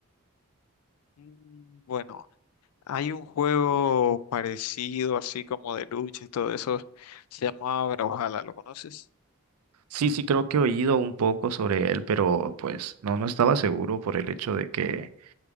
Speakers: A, on the left (about 80°); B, on the right (about 80°).
A: Mm, Bueno, hay un juego parecido así como de lucha y todo eso, se llama Brawlhalla, ¿lo conoces?
B: Sí, sí, creo que he oído un poco sobre él, pero pues no, no estaba seguro por el hecho de que